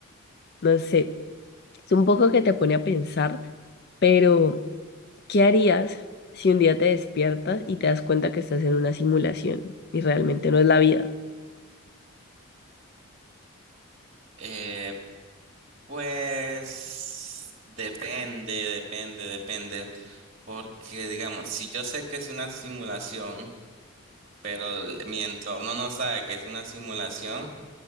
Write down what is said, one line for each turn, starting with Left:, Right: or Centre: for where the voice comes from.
Left: no sé, es un poco que te pone a pensar, pero ¿qué harías si un día te despiertas y te das cuenta que estás en una simulación y realmente no es la vida?
Right: Eh, Pues depende, depende, depende. Porque, digamos, si yo sé que es una simulación, pero el- mi entorno no sabe que es una simulación,